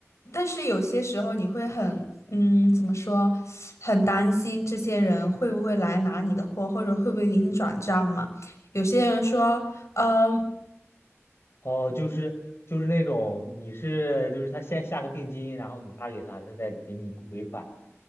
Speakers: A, on the left; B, on the left.
A: 但是有些时候你会很，嗯，怎么说，很担心这些人会不会来拿你的货，或者会不会给你转账嘛？有些人说，嗯、
B: 哦，就是就是那种你是就是他先下个定金，然后你发给他，他再给你尾款